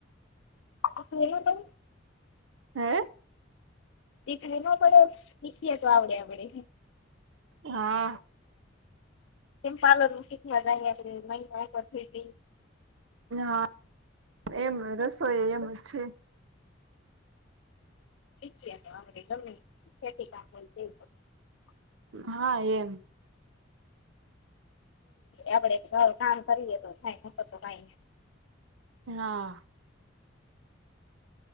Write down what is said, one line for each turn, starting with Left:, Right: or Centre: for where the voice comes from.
Left: <unintelligible>
Right: હે?
Left: શીખવી ના પડે શીખીએ. તો આવડે આવડે
Right: હા.
Left: કેમ પાર્લરનું શીખવા જાય મહિના એક વાર <unintelligible>
Right: હા એમ રસોઈ એમ જ છે.
Left: શીખ્યા તો આવડે ગમે એ ખેતી કામ હોય.
Right: હા એમ.
Left: આપડે કામ કરીએ તો થાય નકર તો કઈ નઈ
Right: હા.